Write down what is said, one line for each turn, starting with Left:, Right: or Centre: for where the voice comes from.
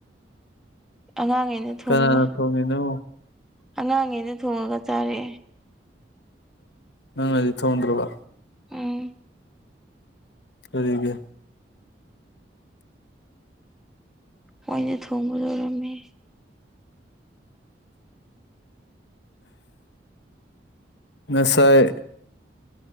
Centre: ꯑꯉꯥꯡꯈ꯫ꯒꯩꯅ ꯊꯣꯡꯉꯒ
Left: ꯀꯅꯥꯅ ꯊꯣꯡꯉꯤꯅꯣ
Centre: ꯑꯉꯥꯡꯉꯩꯅ ꯊꯣꯡꯉꯒ ꯆꯥꯔꯦ
Left: ꯅꯪꯅꯗꯤ ꯊꯣꯡꯗ꯭ꯔꯕ
Centre: ꯎꯝ
Left: ꯀꯔꯤꯒꯤ
Centre: ꯃꯣꯏꯅ ꯊꯣꯡꯕꯂꯣꯏꯔꯝꯃꯦ
Left: ꯉꯁꯥꯏ